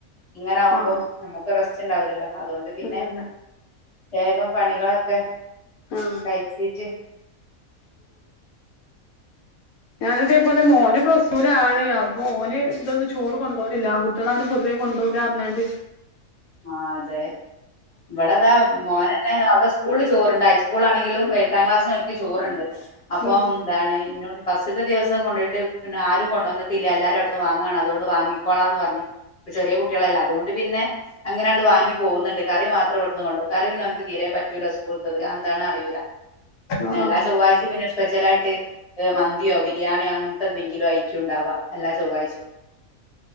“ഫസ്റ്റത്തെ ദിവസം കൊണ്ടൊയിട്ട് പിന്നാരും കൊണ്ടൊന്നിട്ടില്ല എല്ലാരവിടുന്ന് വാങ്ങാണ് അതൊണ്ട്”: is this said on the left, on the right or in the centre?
Left